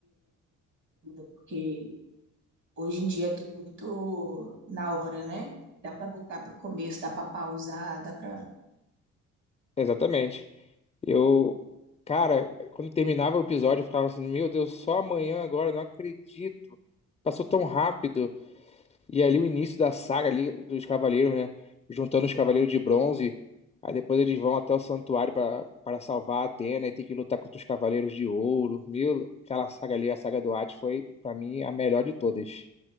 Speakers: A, on the right (about 65°); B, on the left (about 20°).
A: Porque hoje em dia é tudo muito na hora, né? Dá para voltar para o começo, dá para pausar, dá para.
B: Exatamente. Eu, cara, quando terminava o episódio, eu ficava assim, meu Deus, só amanhã agora, não acredito. Passou tão rápido. E ali o início da saga ali dos cavaleiros, né? Juntando os cavaleiros de bronze. Aí depois eles vão até o santuário para para salvar a Atena e tem que lutar contra os cavaleiros de ouro. Meu, aquela saga ali, a saga do Hades, foi para mim a melhor de todas.